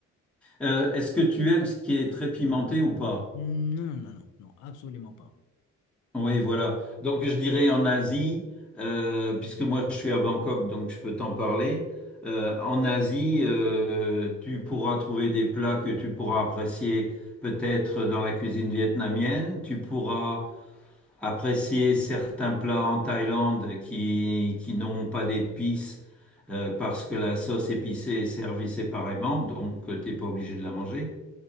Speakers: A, in the centre; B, on the left (about 80°).
A: Euh, est-ce que tu aimes ce qui est très pimenté ou pas?
B: Non, non, non, non, non, absolument pas.
A: Oui, voilà. Donc je dirais en Asie, euh, puisque moi je suis à Bangkok, donc je peux t'en parler. Euh, en Asie, euh, tu pourras trouver des plats que tu pourras apprécier peut-être dans la cuisine vietnamienne. Tu pourras apprécier certains plats en Thaïlande qui, qui n'ont pas d'épices euh, parce que la sauce épicée est servie séparément, donc tu n'es pas obligé de la manger.